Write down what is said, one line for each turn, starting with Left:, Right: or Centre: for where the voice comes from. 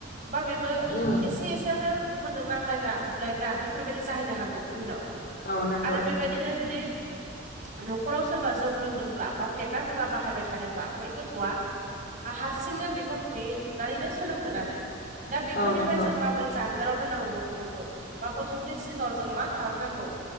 Right: बा बेबो
Left: ओम
Right: एसे एसेयावनो गुबुनजों नांलायग्रा बुलायग्रा बेफोरबायदि जाहैनो हागौ इयुनाव
Left: औ नंगौ
Right: आरो बेबायदिनो जुदि न'खराव सोरबा जौ लोंदोंब्ला बा फेग्रा मुवा बाहायबाय थादोंबा बै गथ'आ हारसिंनो बेखौ नुय नुनानैनो सोलोंगोन आरो दा बेफोरनिफ्राय
Left: औ नंगौ
Right: जों माबो बोरै जानगाराव दोननांगौ गथ'फोरखौ बा गथ'फोरनि सिगाङाव जों मा खालामनांगौ?